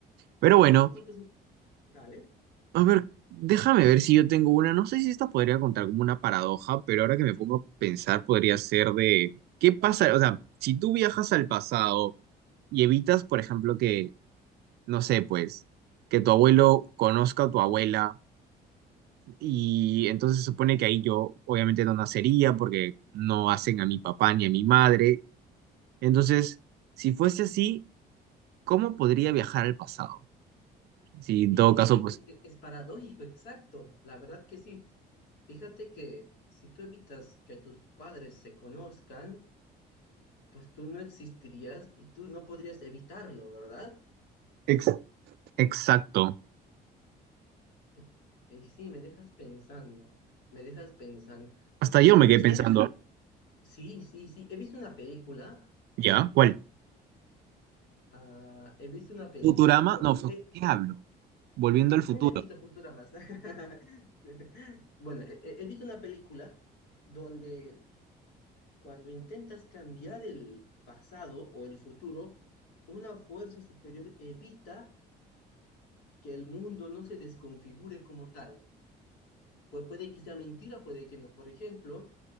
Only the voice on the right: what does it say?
Pero bueno.
A ver, déjame ver si yo tengo una. No sé si esta podría contar como una paradoja, pero ahora que me pongo a pensar, podría ser de qué pasa. O sea, si tú viajas al pasado y evitas, por ejemplo, que, no sé, pues, que tu abuelo conozca a tu abuela, y entonces se supone que ahí yo obviamente no nacería porque no hacen a mi papá ni a mi madre. Entonces, si fuese así, ¿cómo podría viajar al pasado? Si en
todo caso,
pues,
ex- exacto.
Hasta yo
me quedé
pensando.
¿Ya? ¿Cuál?
Futurama,
no, fu-
¿qué hablo? Volviendo
al futuro.